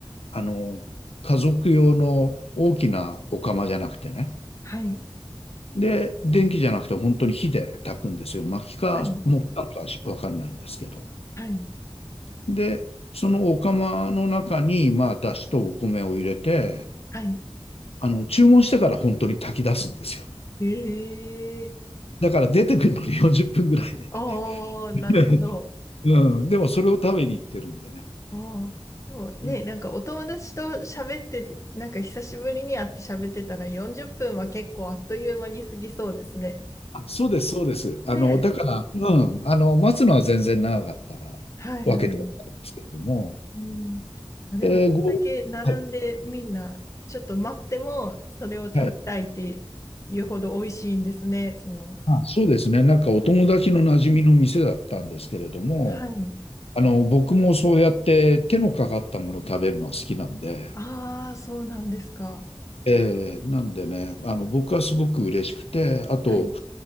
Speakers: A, on the left; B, on the left.
A: あの、家族用の大きなお釜じゃなくてね。
B: はい
A: で、電気じゃなくて本当に火で炊くんですよ。薪か木炭かしわかんないんですけど。
B: はいはい
A: で、そのお釜の中に、まあ、だしとお米を入れて、
B: はい
A: あの、注文してから本当に炊き出すんですよ。
B: ええ
A: だから出てくるのに40分ぐらいね。
B: ああー、
A: <laughs>
B: なるほど。
A: うん、でもそれを食べに行ってるんでね。
B: ああ。でもね、
A: うん
B: なんかお友達と喋ってて、なんか久しぶりに会って喋ってたら40分は結構あっという間に過ぎそうですね。
A: あそうです、そうです。
B: ねえ。
A: あの、だから、うん、あの、待つのは全然長かったわけではないですけれども、
B: はいはいうん。まあ、でも、
A: えーご、
B: そんだけ並んでみんな、
A: はい、
B: ちょっと待っても、それを食べたいっていうほど美味しいんですね、
A: はい
B: その。
A: あ、そうですね。なんかお友達の馴染みの店だったんですけれども、
B: はい。
A: あの、僕もそうやって手のかかったものを食べるのは好きなんで、
B: ああ、そうなんですか。
A: えーなんでね、あの、僕はすごく嬉しくて、あと、
B: はい。